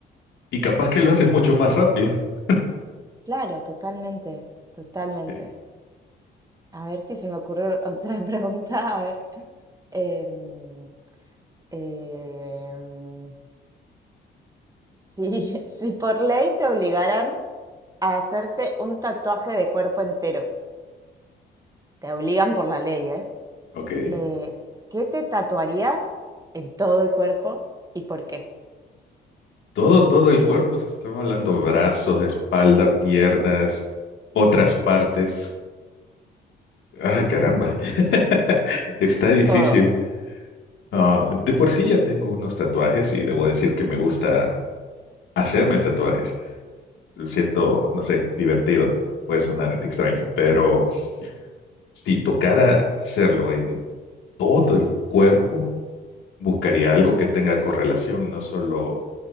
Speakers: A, on the left; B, on the right.
A: Y capaz que lo haces mucho más rápido. <laughs>
B: Claro, totalmente, totalmente.
A: Sí.
B: A ver si se me ocurre otra <laughs> pregunta. A ver, em, em, si, <laughs> si por ley te obligaran a hacerte un tatuaje de cuerpo entero, te obligan por la ley, ¿eh?
A: Ok.
B: Eh, ¿qué te tatuarías en todo el cuerpo y por qué?
A: Todo, todo el cuerpo, se está hablando brazos, espalda, piernas, otras partes. Ay, caramba, <laughs> está difícil.
B: Todo.
A: Ah, de por sí ya tengo unos tatuajes y debo decir que me gusta hacerme tatuajes. Lo Siento, no sé, divertido. Puede sonar extraño, pero si tocara hacerlo en todo el cuerpo, buscaría algo que tenga correlación, no solo